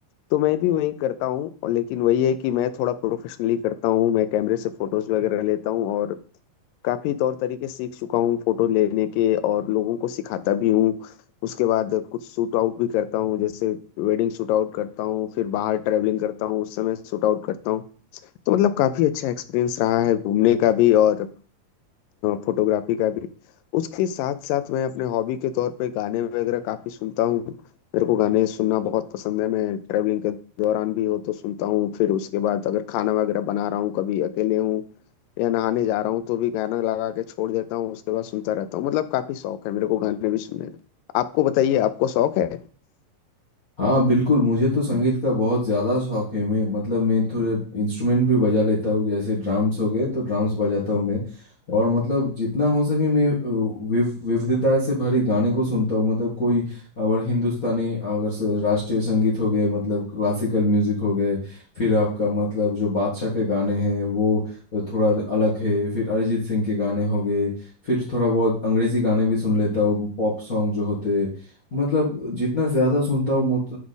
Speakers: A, on the left; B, on the left.
A: तो मैं भी वही करता हूँ और लेकिन वही है कि मैं थोड़ा प्रोफेशनली करता हूँ मैं कैमरे से फोटोज वगैरह लेता हूँ और काफी तौर तरीके सीख चुका हूँ फोटो लेने के और लोगों को सिखाता भी हूँ उसके बाद कुछ शूट आउट भी करता हूँ जैसे वेडिंग शूट आउट करता हूँ फिर बाहर ट्रैवलिंग करता हूँ उस समय शूट आउट करता हूँ तो मतलब काफी अच्छा एक्सपीरियंस रहा है घूमने का भी और फोटोग्राफी का भी उसके साथ साथ मैं अपने हॉबी के तौर पे गाने वगैरह काफी सुनता हूँ मेरे को गाने सुनना बहुत पसंद है मैं ट्रेवलिंग के दौरान भी हो तो सुनता हूँ फिर उसके बाद अगर खाना वगैरह बना रहा हूँ कभी अकेले हूँ या नहाने जा रहा हूँ तो भी गाना लगा के छोड़ देता हूँ उसके बाद सुनता रहता हूँ मतलब काफी शौक है मेरे को गाने भी सुनने का आपको बताइए आपको शौक है
B: हाँ बिल्कुल मुझे तो संगीत का बहुत ज़्यादा शौक है मैं मतलब मैं थोड़े इंस्ट्रूमेंट भी बजा लेता हूँ जैसे ड्राम्स हो गए तो ड्राम्स बजाता हूँ मैं और मतलब जितना हो सके मैं अ, विव विविधता से भरे गाने को सुनता हूँ मतलब कोई अगर हिंदुस्तानी अगर स- राष्ट्रीय संगीत हो गए मतलब क्लासिकल म्यूजिक हो गए फिर आपका मतलब जो बादशाह के गाने हैं वो थोड़ा अलग है फिर अरिजीत सिंह के गाने हो गए फिर थोड़ा बहुत अंग्रेजी गाने भी सुन लेता हूँ पॉप सॉन्ग जो होते हैं मतलब जितना ज़्यादा सुनता हूँ मुत-